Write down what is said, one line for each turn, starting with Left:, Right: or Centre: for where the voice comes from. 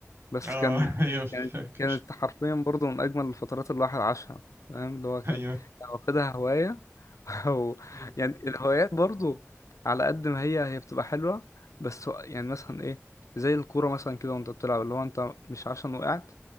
Left: بس
Right: اه
Left: كان
Right: <laughs> ايوه فاكر
Left: كانت كانت حرفيا برضو من اجمل الفترات اللي الواحد عاشها فاهم اللي هو كان
Right: ايوه
Left: كان واخدها هوايه <laughs> او
Right: مم.
Left: يعني الهوايات برضو على قد ما هي هي بتبقى حلوه بس يعني مثلا ايه زي الكوره مثلا كده وانت بتلعب اللي هو انت مش عشان وقعت